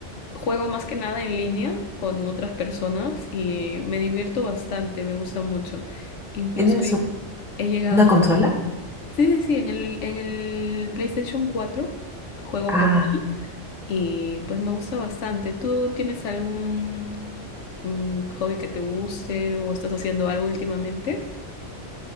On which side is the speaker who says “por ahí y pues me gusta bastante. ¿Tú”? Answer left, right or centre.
Left